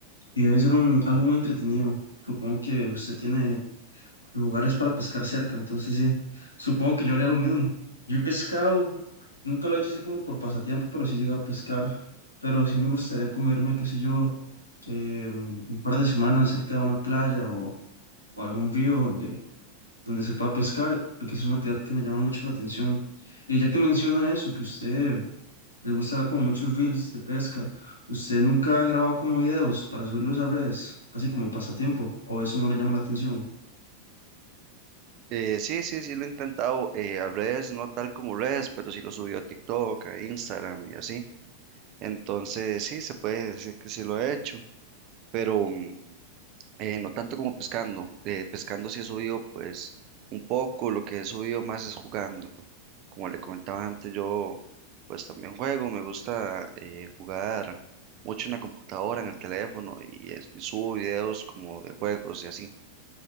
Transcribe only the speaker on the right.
Eh, sí, sí, sí, lo he intentado eh, a redes, no tal como redes, pero sí lo subió a TikTok, a Instagram y así. Entonces, sí, se puede decir que sí lo he hecho, pero... mm, Eh, no tanto como pescando. Eh, pescando sí he subido pues un poco, lo que he subido más es jugando. Como le comentaba antes, yo pues también juego, me gusta eh, jugar mucho en la computadora, en el teléfono y, es- y subo videos como de juegos y así.